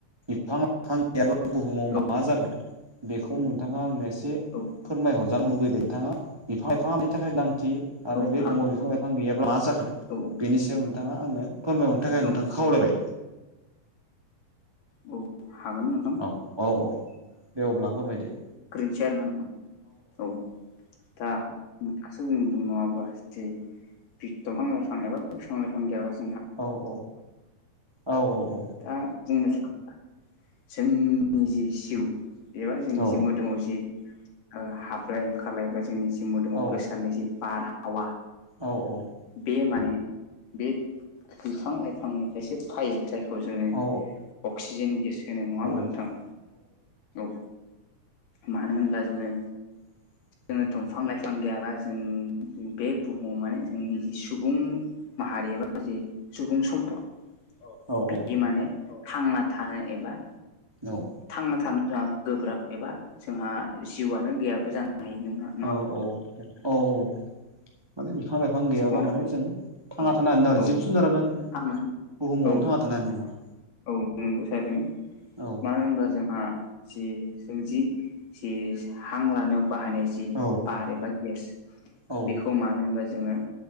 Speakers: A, on the right; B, on the left.
A: बिफां थांखियाबा बुहुमाव
B: औ
A: मा जागोन बेखौ नोंथाङा आंनो एसे
B: औ।
A: फोरमायहरजानो लुगैबाय नोंथाङा बिफां लाइफांनि थाखाय गोनांथि आरो
B: औ
A: बे
B: हागोन
A: बुहुमाव बिफां लाइफां गैयाब्ला मा जागोन
B: औ
A: बेनि सायाव नोंथाङा आंनो फोरमाय।
B: औ
A: दोंखौ खावलायबाय
B: औ हागोन नों
A: औ औ औ दे अब्ला फोरमायदो
B: ग्रोनसै आरो ना नोंथां औ दा गासो बुंदों नङाबा ज बि दंफां लाइफां एबा बिफां लाइफां गैया।
A: औ औ औ औ औ औ।
B: दा बुंनो सानोदों जोंनि जि जिउ एबा जोंनि
A: औ
B: जि मोदोमाव जि हाबलाय ओंखारलाय बा जोंनि मोदोमाव
A: औ
B: गोसारनाय जि बारहावा
A: औ औ
B: बे माने बे बिफां लाइफांनिफ्रायसो फायो जाय खौ जोङो
A: औ
B: अक्सिजेन गेस होनाय नङा होमबा
A: औ
B: नोंथां औ। मानो होनब्ला जोङो।
A: <inaudible>
B: जोङो दंफां लाइफां गैयाब्ला जों बे बुहुमाव माने जोंनि जि सुबुं माहारि एबा सुबुं सम्पद
A: औ
B: बे
A: औ
B: माने थांना थानो एबा
A: औ।
B: थांना थानो जोंहा गोब्राब एबा जोंहा जिउआनो गैयाबो जानो हायो नोङो
A: औ औ औ औ औ माने बिफां लाइफां गैयाब्ला
B: जोंहा
A: माने जों थांना
B: औ
A: थानो न आरो
B: औ
A: जिब जुनारानो बुहुमावनो
B: थांना औ
A: थांना थानो हानाय नङा
B: औ नंगौसै ओरैनो
A: उम
B: मानो होनब्ला जोंहा जि जों जि जि हां लानायाव बाहायनाय जि
A: औ
B: बार एबा गेस
A: औ
B: बेखौ मानो होनबा जोङो